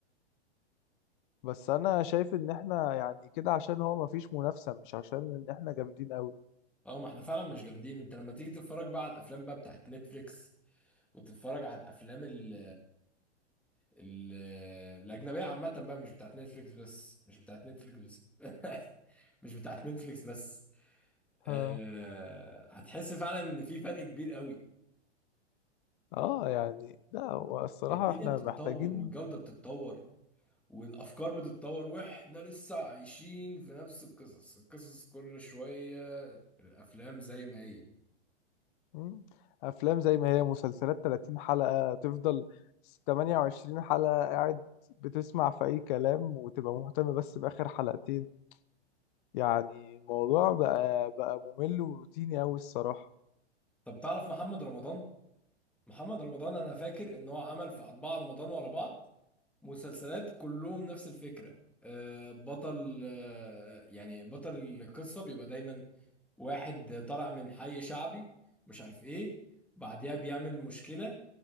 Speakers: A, on the left; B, in the centre.
A: بس انا شايف ان احنا يعني كده عشان هو مفيش منافسة مش عشان ان احنا جامدين قوي
B: اه ما احنا فعلا مش جامدين انت لما تيجي تتفرج بقى على الافلام بقى بتاعت نتفليكس وتتفرج على الافلام ال ال الاجنبيه عامه بقى مش بتاعت نتفليكس بس مش بتاعت نتفليكس بس <laughs> مش بتاعت نتفليكس بس أه
A: ها
B: هتحس فعلا ان في فرق كبير قوي
A: اه يعني لا هو الصراحة
B: الدنيا
A: احنا
B: بتتطور
A: محتاجين
B: والجوده بتتطور والافكار بتتطور واحنا لسه عايشين في نفس القصص القصص كل شويه الافلام زي ما هي
A: مم، افلام زي ما هي مسلسلات 30 حلقة تفضل 28 حلقة قاعد بتسمع في اي كلام وتبقى مهتم بس باخر حلقتين يعني الموضوع بقى بقى ممل وروتيني قوي الصراحة
B: طب تعرف محمد رمضان محمد رمضان انا فاكر ان هو عمل في اربعة رمضان ورا بعض مسلسلات كلهم نفس الفكرة آه، بطل آه، يعني بطل القصة بيبقى دايما واحد طالع من حي شعبي مش عارف ايه بعدها بيعمل مشكلة